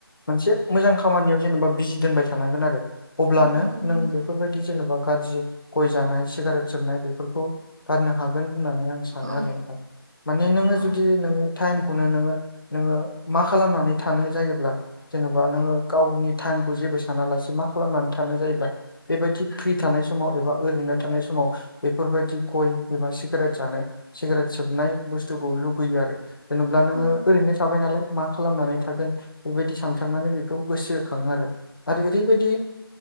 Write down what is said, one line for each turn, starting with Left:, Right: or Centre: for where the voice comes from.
Left: मोनसे मोजां खामानियाव जेनेबा बिजि दोनबाय थानांगोन आरो। अब्लानो
Right: नंगौ नंगौ
Left: नों बेफोरबायदि जेनेबा गाज्रि गय जानाय सिगारेट सोबनाय बेफोरखौ गारनो हागोन होननानै आं सानो
Right: औ
Left: आरो नोंथां। माने नोङो
Right: औ
Left: जुदि नों टाइमखौनो नोङो नोङो मा खालामनानै थानो जायोब्ला? जेनेबा नोङो गावनि टाइमखौ जेबो सानालासे मा खालामनानै थानो जायोबा बेबायदि फ्रि थानाय समाव एबा ओरैनो थानाय समाव बेफोरबायदि गय एबा सिगारेट जानाय सिगारेट सोबनाय बुस्थुखौ लुुबैयो आरो जेनेब्ला नोङो
Right: औ
Left: ओरैनो थाबाय नालाय मा खालामनानै थागोन? बेबायदि सानफ्लांनानै नैबे बेखौ गोसो खाङो आरो आरो ओरैबायदि